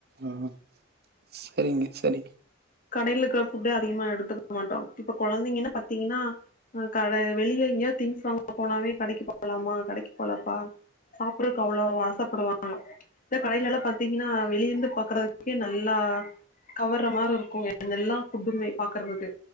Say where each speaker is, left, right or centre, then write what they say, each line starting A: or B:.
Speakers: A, on the right; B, on the left.
A: ம் செரிங்க செரி
B: கடைல இருக்கற ஃபுட்டே அதிகமா எடுத்துக் மாட்டோ இப்ப கொழந்தைங்கன்னா பத்திங்கன்னா ஆ கட வெளிய எங்கயோ திங்ஸ் வாங்க போனாவே கடைக்கு போலாமா கடைக்கு போலப்பா சாப்பர்ரக் அவ்ளோ ஆசப்படுவாங்க இந்த கடையிலல்லா பாத்திங்கன்னா வெளியர்ந்து பாக்கறதுக்கே நல்லா கவர்ற மாரி இருக் கு அது எல்லா ஃபுட்டுமே பாக்கறதுக்கு